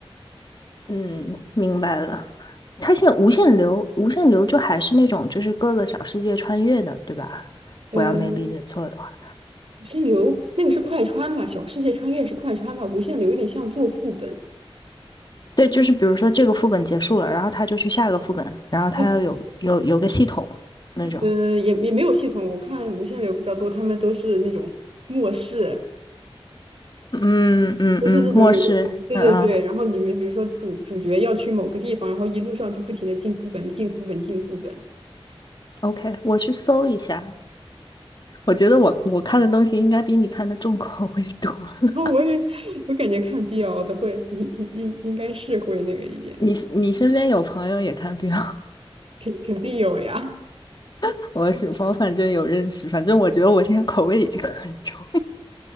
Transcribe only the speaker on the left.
嗯，明白了。它现在无限流，无限流就还是那种就是各个小世界穿越的，对吧？
我要没理解错的话。
对，就是比如说这个副本结束了，然后他就去下一个副本，然后他要有有有个系统那种。
嗯嗯嗯，
末世，
嗯嗯
，OK，我去搜一下。我觉得我我看的东西应该比你看的重口味多了。<laughs>
你是你身边有朋友也看病，
<laughs> 我是我反正有认识，反正我觉得我现在口味已经很重，